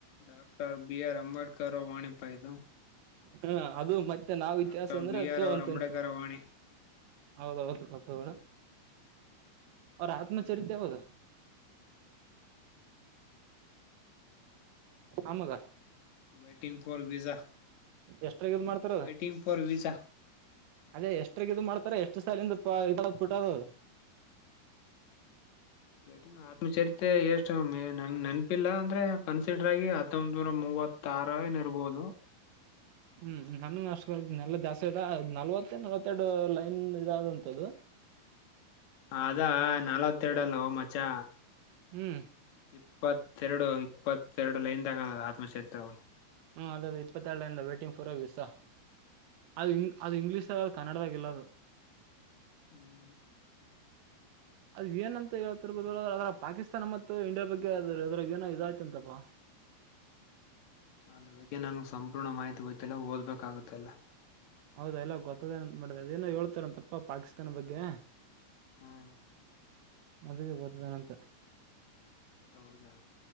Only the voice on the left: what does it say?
ಾಕ್ಟರ್ ಬಿ ಆರ್ ಆಂಬೇಡ್ಕರ ವಾಣಿಪಾಯದು
ಡಾಕ್ಟರ್
ಬಿ ಆರ್
ಅವರ್
ಅಂಬೇಕರ್ ವಾಣಿ
ಹ್ಮ್
ವಟಂಗ್ ಫರ್ ವಿಜಾ
ವಟಂಗ್ ಫರ್ ವಿಾ
ಟ ಆತ್ಮಚರಿತ್ ಎಷ್ಟು ನಂ ನೆನಪಿಲ್ಲ ಅಂದ್ರೆ ಕನ್ಸಿಡರ್ ಆಗಿ ಹತ್ತೊಂಬನೂರ ಮೂವತ್ತ ಆರ ಏನ ಇರ್ಬೋದು
ಹ ಅದಾ ನಲ್ವತ್ತೆರಡ ಅಲ್ಲ ಮಚಾ
ಇಪ್ಪತ್ತೆರಡು ಇಪ್ಪತ್ತೆರಡು ಲೈನ್ ತಗ ಆತ್ಮಚರಿತ್ರ
ಹ್ಮ್
ಅದ್ರ ಬಗ್ಗೆ ನನ್ಗೆ ಸಂಪೂರ್ಣ ಮಾಹಿತಿ ಗೊತ್ತಿಲ್ಲ ಓದ್ಬೇಕಾಗತ್ತೆಲ್ಲ
ಹ್ಮ್
ಹೌದಾ